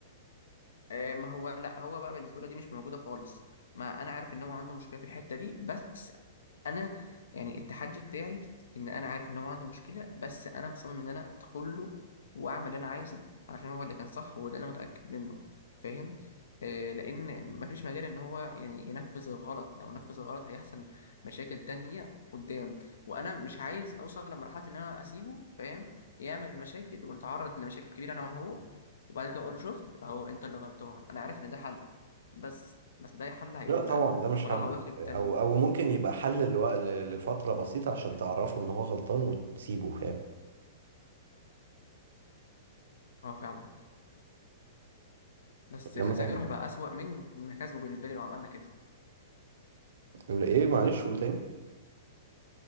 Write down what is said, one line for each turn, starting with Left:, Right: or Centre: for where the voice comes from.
Left: آه، ما هو لا هو بقى بالنسبه له دي مش موجوده خالص ما انا عارف ان هو عنده مشكله في الحته دي بس انا يعني التحدي بتاعي ان انا عارف ان هو عنده مشكله بس انا مصمم ان انا ادخل له واعمل اللي انا عايزه علشان هو اللي كان صح وده اللي انا متاكد منه فاهم آه لان مفيش مجال ان هو يعني ينفذ الغلط لو نفذ الغلط هيحصل مشاكل تانية قدام وانا مش عايز اوصل لمرحله ان انا اسيبه فاهم يعمل المشاكل ونتعرض لمشاكل كبيره انا وهو وبعد كده اقول له شفت اهو انت اللي غلطان انا عارف ان ده حل بس بس ده حل هيبقى
Right: لا طبعا ده مش
Left: وراه
Right: حل
Left: عواقب
Right: أو
Left: تانية
Right: أو ممكن يبقى حل لو- ل- لفترة بسيطة عشان
Left: فاهم؟
Right: تعرفه إن هو غلطان وتسيبه فاهم
Left: اه فعلا بس
Right: إنما
Left: خسائره هيبقى اسوأ من مكاسبه بالنسبه لي لو عملنا كده
Right: يقول إيه معلش قول تاني